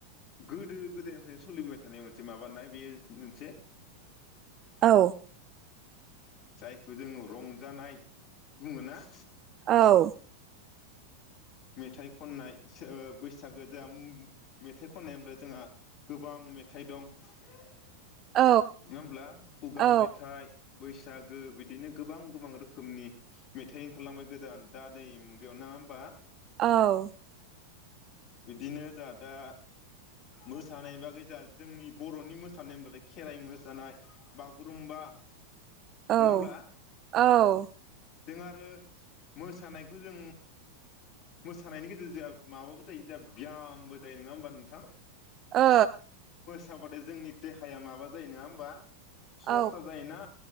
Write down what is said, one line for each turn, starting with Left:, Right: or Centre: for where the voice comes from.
Left: गोदो गोदायनिफ्रायनो सोलिबोबाय थानाय मोनसे माबानाय बे मोनसे
Right: औ।
Left: जायखौ जोङो रंजानाय बुङो ना।
Right: औ।
Left: मेथाइ खननाय बैसागो जोंहा मेथाइ खननायनिफ्राय जोंहा गोबां मेथाइ दं। नङा
Right: औ
Left: होमब्ला खुगा
Right: औ
Left: मेथाइ बैसागो बिदिनो गोबां गोबां रोखोमनि मेथाइ ओंखारबाय गोदान दा दै मुगायाव नङा होमबा।
Right: औ।
Left: बिदिनो जोंहा दा मोसानाय बागै जोंहा जोंनि बर'नि मोसानाय होनब्लाथाय खेराइ मोसानाय बागुरुम्बा
Right: औ
Left: नङा होमब्ला
Right: औ।
Left: जों आरो मोसानायखौ जों मोसानायनि गेजेरजों जों माबाबो जायो जों बियामबो जायो नङा होमबा नोंथां?
Right: ओ।
Left: साबाथाय जोंनि देहाया माबा जायो नङा होमबा? सर्सा
Right: औ
Left: जायोना